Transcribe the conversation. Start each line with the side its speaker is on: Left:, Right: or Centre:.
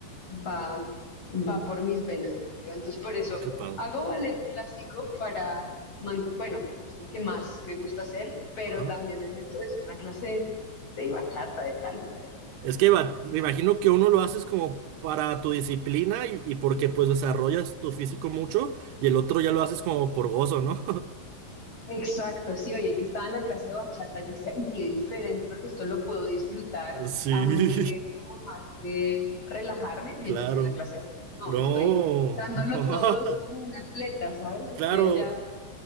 Left: va, va por mis venas, yo creo. Entonces, por eso
Right: Oh, qué padre.
Left: hago ballet clásico para, man- bueno, porque eso es lo que más me gusta hacer, pero
Right: Ajá.
Left: también me meto es una clase de, de bachata, de salsa,
Right: Es que va- me imagino que uno lo haces como para tu disciplina y, y porque pues desarrollas tu físico mucho y el otro ya lo haces como por gozo, ¿no? <laughs>
Left: Exacto, sí, oye, que estaba en la clase de bachata, yo decía, uy, qué diferente, porque esto lo puedo disfrutar
Right: Sí,
Left: a un nivel como más de relajarme,
Right: <laughs>
Left: mientras
Right: claro.
Left: en la clase de no,
Right: No.
Left: estoy dándolo
Right: <laughs>
Left: todo, es como un atleta, ¿sabes? Estoy
Right: Claro,
Left: allá.